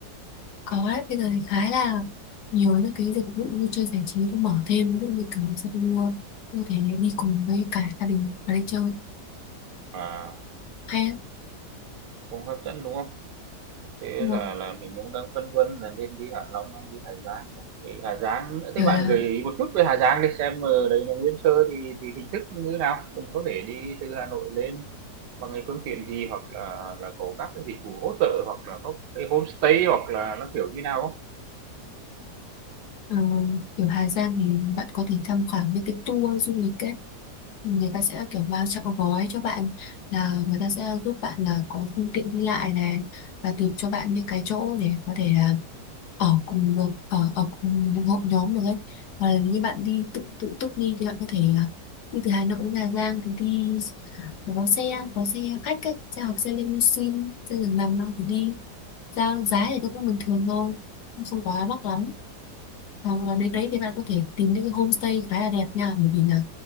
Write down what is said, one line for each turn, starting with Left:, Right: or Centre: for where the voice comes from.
Left: có đấy bây giờ thì khá là nhiều những cái dịch vụ vui chơi giải trí nó mở thêm ví dụ như kiểu là xe mua có thể đi cùng với cả gia đình mà đi chơi
Right: À.
Left: hay á
Right: Cũng hấp dẫn, đúng không? Thế
Left: Nhưng
Right: là
Left: mà
Right: là mình cũng đang phân vân là nên đi Hạ Long hay đi Hà Giang nhỉ? Thì Hà Giang nữa, thế
Left: kiểu
Right: bạn
Left: là
Right: gợi ý một chút về Hà Giang để xem ở đấy là nguyên sơ thì thì hình thức như thế nào? Mình có thể đi từ Hà Nội lên bằng cái phương tiện gì hoặc là là có các cái dịch vụ hỗ trợ hoặc là có cái homestay hoặc là nó kiểu như nào không?
Left: Ờ, kiểu Hà Giang thì bạn có thể tham khảo những cái tour du lịch ấy người ta sẽ kiểu bao trọn gói cho bạn là người ta sẽ giúp bạn là có phương tiện đi lại này và tìm cho bạn những cái chỗ để có thể là ở cùng được ở ở cùng những hội nhóm được ấy hoặc là như bạn đi tự tự túc đi thì bạn có thể là đi từ Hà Nội đến Hà Giang thì đi có xe có xe khách ấy xe hoặc xe limousine xe giường nằm đâu thì đi ra giá thì nó cũng bình thường thôi không quá mắc lắm Ờ, đến đấy thì bạn có thể tìm những cái homestay khá là đẹp nha bởi vì là